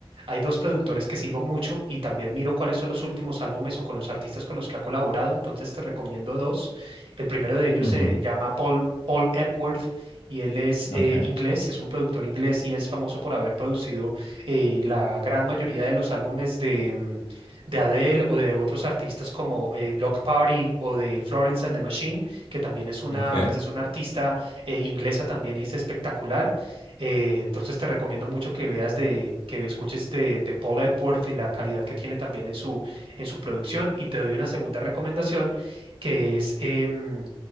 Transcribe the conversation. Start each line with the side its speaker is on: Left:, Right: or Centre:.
Right: hay dos productores que sigo mucho y también miro cuáles son los últimos álbumes o con los artistas con los que ha colaborado. Entonces te recomiendo dos. El primero de ellos
Left: Ujú,
Right: se llama Paul, Paul Epworth y él es eh,
Left: Ok,
Right: inglés, es un productor inglés y es famoso por haber producido eh, la gran mayoría de los álbumes de... em, de Adele o de otros artistas como eh, Block Party o de Florence and the Machine, que también es una,
Left: ok,
Right: pues es una artista eh, inglesa también y es espectacular. Eh, entonces te recomiendo mucho que veas de, que escuches de, de Paul Epworth y la calidad que tiene también en su, en su producción. Y te doy una segunda recomendación que es em,